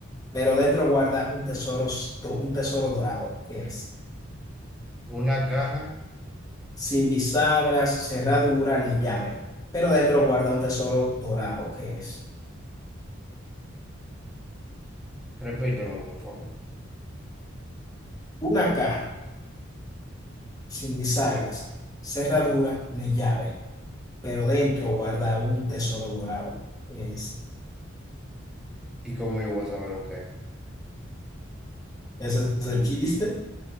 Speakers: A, on the left; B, in the centre.
A: pero dentro guarda un tesoro, do- un tesoro dorado, que es
B: Una caja,
A: sin bisagras, cerradura ni llave, pero dentro guarda un tesoro dorado, que es
B: repítemelo por favor.
A: una caja sin bisagras, cerradura ni llave, pero dentro guarda un tesoro dorado. Es,
B: ¿Y cómo yo voy a saber lo que es?
A: ese es el chiste,